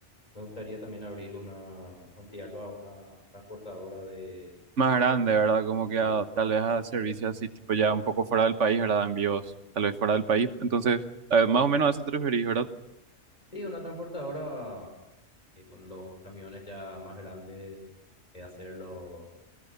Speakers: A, on the left; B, on the right.
A: Me gustaría también abrir una, ampliarlo a una transportadora de...
B: más grande, ¿verdad? Como que
A: Sí,
B: a- tal vez a servicios así, tipo ya un poco fuera del país, ¿verdad? Envíos tal vez fuera del país. Entonces, eh, más o menos a eso te referís, ¿verdad?
A: sí, una transportadora eh, con los camiones ya más grandes, eh, hacer los,